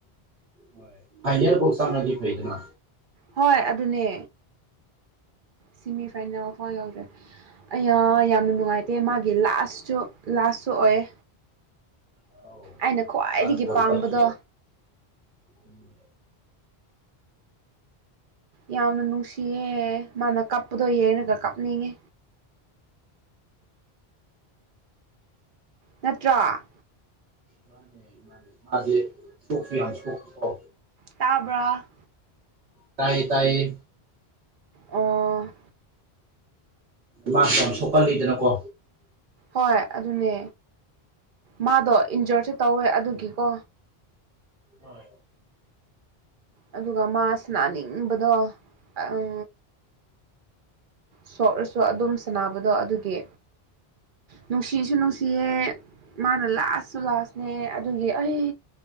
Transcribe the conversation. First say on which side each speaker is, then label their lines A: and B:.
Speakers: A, on the right; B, on the right.
A: ꯍꯣꯏ ꯐꯥꯏꯅꯦꯜꯕꯧ ꯆꯡꯂꯗꯤ ꯐꯩꯗꯅ
B: ꯍꯣꯏ ꯑꯗꯨꯅꯦ ꯁꯤꯃꯤꯐꯥꯏꯅꯦꯜ ꯐꯥꯎ ꯌꯧꯗ꯭ꯔꯤ ꯑꯌꯥ ꯌꯥꯝꯅ ꯅꯨꯡꯉꯥꯏ ꯇꯦ ꯃꯥꯒꯤ ꯂꯥꯁꯠꯁꯨ ꯂꯥꯁꯁꯨ ꯑꯣꯏꯌꯦ
A: ꯑꯧ
B: ꯑꯩꯅ ꯈ꯭ꯋꯥꯏꯗꯒꯤ
A: ꯂꯥꯁ ꯋꯥꯔꯜ
B: ꯄꯥꯝꯕꯗꯣ
A: ꯀꯞꯁꯨ ꯎꯝ
B: ꯌꯥꯝꯅ ꯅꯨꯡꯁꯤꯌꯦ ꯃꯥꯅ ꯀꯞꯄꯗꯣ ꯌꯦꯡꯔꯒ ꯀꯞꯅꯤꯡꯉꯦ꯫ ꯅꯠꯇ꯭ꯔꯥ
A: ꯃꯥꯅꯦ ꯃꯥꯅꯦ ꯃꯥꯗꯤ ꯁꯣꯛꯁꯨ ꯌꯥꯝ ꯁꯣꯛꯇ꯭ꯔꯣ
B: ꯇꯥꯕ꯭ꯔꯥ
A: ꯇꯥꯏꯌꯦ ꯇꯥꯏꯌꯦ
B: ꯑꯣ
A: ꯃꯥꯁꯨ ꯌꯥꯝ ꯁꯣꯛꯀꯜꯂꯤꯗꯅꯀꯣ
B: ꯍꯣꯏ ꯑꯗꯨꯅꯦ ꯃꯥꯗꯣ ꯏꯟꯖꯣꯔꯁꯨ ꯇꯧꯋꯦ ꯑꯗꯨꯒꯤꯀꯣ
A: ꯍꯣꯏ
B: ꯑꯗꯨꯒ ꯃꯥ ꯁꯟꯅꯥꯅꯤꯡꯕꯗꯣ ꯑꯪ ꯁꯣꯛꯔꯁꯨ ꯑꯗꯨꯝ ꯁꯥꯟꯅꯕꯗꯣ ꯑꯗꯨꯒꯤ ꯅꯨꯡꯁꯤꯁꯨ ꯅꯨꯡꯁꯤꯌꯦ ꯃꯥꯅ ꯂꯥꯁꯠꯁꯨ ꯂꯥꯁꯅꯦ ꯑꯗꯨꯒꯤ ꯑꯩ